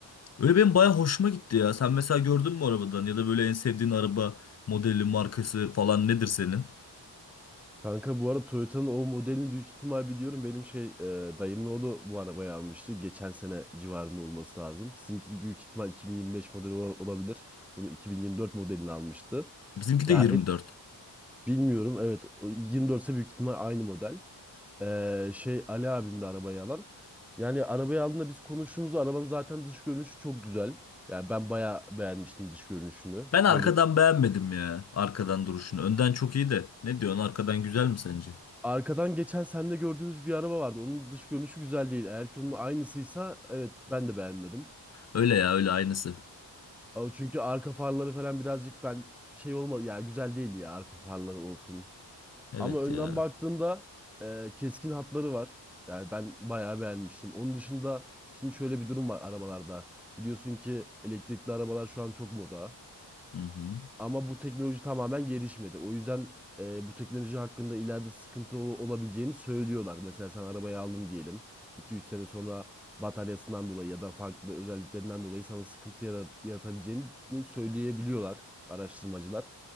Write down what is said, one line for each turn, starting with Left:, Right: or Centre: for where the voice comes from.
Left: Öyle benim baya hoşuma gitti ya. Sen mesela gördün mü arabadan ya da böyle en sevdiğin araba modeli markası falan nedir senin?
Centre: Kanka bu arada Toyota'nın o modelini büyük ihtimal biliyorum. Benim şey e, dayımın oğlu bu arabayı almıştı. Geçen sene civarında olması lazım. Sizinki büyük ihtimal 2025 modeli ola- olabilir. Bunu 2024 modelini almıştı.
Left: Bizimki
Centre: Ya
Left: de 24.
Centre: hep bilmiyorum. Evet o 24 ise büyük ihtimal aynı model. E, şey Ali abim de arabayı alan. Yani arabayı aldığında biz konuştuğumuzda arabanın zaten dış görünüşü çok güzel. Yani ben bayağı beğenmiştim dış görünüşünü.
Left: Ben arkadan
Centre: Böyle
Left: beğenmedim ya arkadan duruşunu. Önden çok iyi de ne diyorsun arkadan güzel mi sence?
Centre: Arkadan geçen sende gördüğümüz bir araba vardı. Onun dış görünüşü güzel değil. Eğer ki onun aynısıysa evet ben de beğenmedim.
Left: Öyle ya öyle aynısı.
Centre: Ama çünkü arka farları falan birazcık ben şey olmadı. Yani güzel değil ya arka farları olsun.
Left: Evet
Centre: Ama önden
Left: ya.
Centre: baktığında e, keskin hatları var. Yani ben bayağı beğenmiştim. Onun dışında şimdi şöyle bir durum var arabalarda. Biliyorsun ki elektrikli arabalar şu an çok moda.
Left: Hı hı.
Centre: Ama bu teknoloji tamamen gelişmedi. O yüzden e, bu teknoloji hakkında ileride sıkıntı ol- olabileceğini söylüyorlar. Mesela sen arabayı aldın diyelim. iki üç sene sonra bataryasından dolayı ya da farklı özelliklerinden dolayı sana sıkıntı yara- yaratabileceğini söyleyebiliyorlar araştırmacılar.